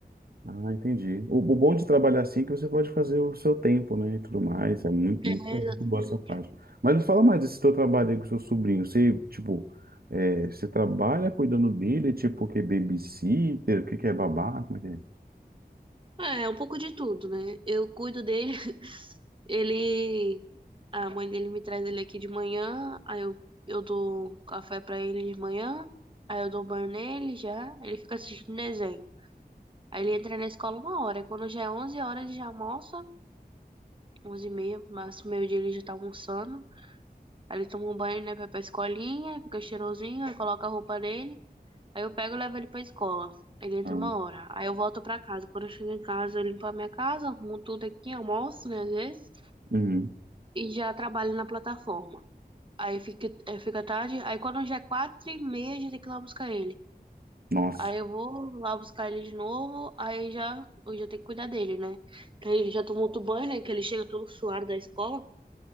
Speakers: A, on the right; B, on the right.
A: Ah, entendi. O, o bom de trabalhar assim é que você pode fazer o seu tempo, né, e tudo mais. É muito,
B: É,
A: muito, muito
B: exatamente.
A: boa essa parte. Mas me fala mais desse teu trabalho aí com o seu sobrinho. Você, tipo, é, você trabalha cuidando dele, tipo, o que é babysitter, o que que é babá, como é que é?
B: É, é um pouco de tudo, né? Eu cuido dele, <laughs> ele. A mãe dele me traz ele aqui de manhã, aí eu, eu dou café pra ele de manhã, aí eu dou banho nele já, ele fica assistindo desenho. Aí ele entra na escola uma hora, aí quando já é 11 horas ele já almoça, 11 e meia, máximo meio-dia ele já tá almoçando. Aí ele toma um banho, né, pra ir pra escolinha, fica cheirosinho, aí coloca a roupa dele. Aí eu pego e levo ele pra escola. Ele entra
A: Ah,
B: uma hora. Aí eu volto pra casa. Quando eu chego em casa, eu limpo a minha casa, arrumo tudo aqui, almoço, né, às vezes,
A: uhum.
B: e já trabalho na plataforma. Aí fica, é, fica tarde. Aí quando já é quatro e meia, já tem que ir lá buscar ele.
A: Nossa,
B: Aí eu vou lá buscar ele de novo, aí já, eu já tenho que cuidar dele, né? Aí ele já tomou outro banho, né, que ele chega todo suado da escola.